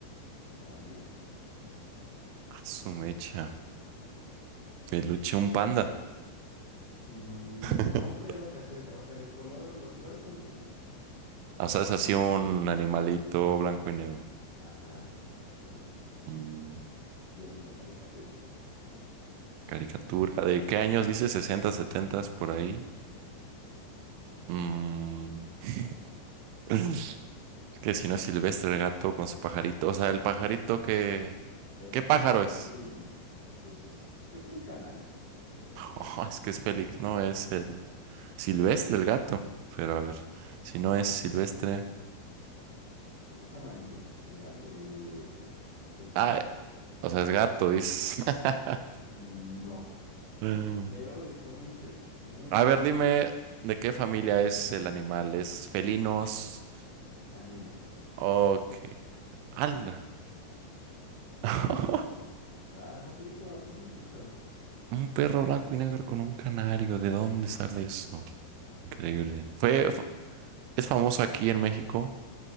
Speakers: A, on the left (about 25°); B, on the right (about 85°).
A: también.
B: A su mecha. Peluche, un panda.
A: Mm,
B: <laughs>
A: No, pero te hace, o sea, el color, los colores son los mismos.
B: O sea, es así un animalito blanco y negro.
A: Ajá, exactamente.
B: Mm,
A: Y es una caricatura.
B: caricatura. ¿De qué años dice? 60 70 por ahí.
A: Ajá.
B: Mm, <sniffs> <laughs> que si no es silvestre el gato con su pajarito. O sea, el pajarito que...
A: El
B: ¿Qué
A: pajarito
B: pájaro
A: es
B: es?
A: amarillo. Es, creo que es un canario, me parece.
B: <laughs> Oh, es que es Félix. No, es el silvestre el gato. Pero a ver, si no es silvestre...
A: Es amarillo el, ga- el, el pajarito.
B: Ah, o sea, es gato, dice. <laughs>
A: No,
B: Mm.
A: pero estás muy cerca, muy,
B: A
A: muy
B: ver,
A: cerca.
B: dime de qué familia es el animal. ¿Es felinos?
A: Canino.
B: Ok. ¡Hala! <laughs>
A: Ok. Está facilito, está facilito.
B: Un perro blanco y negro con un canario, ¿de dónde sale eso? Increíble.
A: Ok.
B: ¿Fue, fa- es famoso aquí en México